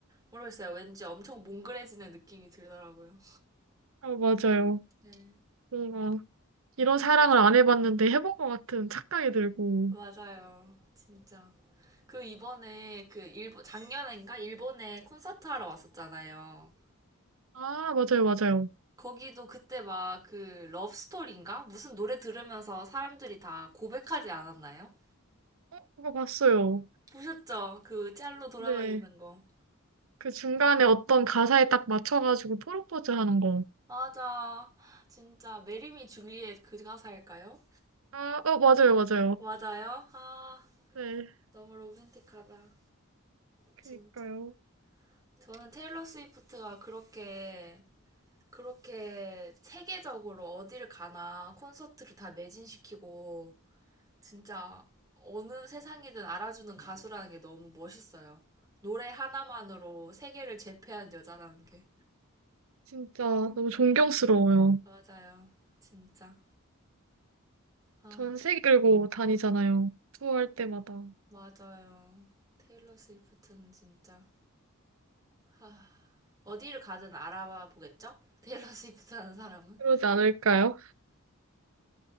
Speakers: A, on the right; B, on the right.
A: 모르겠어요. 왠지 엄청 몽글해지는 느낌이 들더라고요.
B: 아, 맞아요.
A: 네.
B: 뭔가 이런 사랑을 안 해봤는데 해본 것 같은 착각이 들고.
A: 맞아요. 진짜. 그 이번에 그 일본, 작년인가? 일본에 콘서트 하러 왔었잖아요.
B: 아, 맞아요, 맞아요.
A: 거기도 그때 막 그 러브스토리인가? 무슨 노래 들으면서 사람들이 다 고백하지 않았나요?
B: 어, 그거 봤어요.
A: 보셨죠? 그 짤로 돌아다니는
B: 네.
A: 거.
B: 그 중간에 어떤 가사에 딱 맞춰가지고 프로포즈 하는 거.
A: 맞아. 진짜 메리미 줄리엣 그 가사일까요?
B: 아, 어, 맞아요, 맞아요.
A: 맞아요. 아,
B: 네.
A: 너무 로맨틱하다.
B: 그니까요.
A: 진짜. 저는 테일러 스위프트가 그렇게 그렇게 세계적으로 어디를 가나 콘서트를 다 매진시키고 진짜 어느 세상이든 알아주는 가수라는 게 너무 멋있어요. 노래 하나만으로 세계를 제패한 여자라는 게.
B: 진짜 너무 존경스러워요.
A: 맞아요. 진짜. 아,
B: 전세 끌고 다니잖아요. 투어할 때마다.
A: 맞아요. 테일러 스위프트는 진짜. 아, 어디를 가든 알아봐 보겠죠? 테일러 스위프트 하는 사람은.
B: 그러지 않을까요?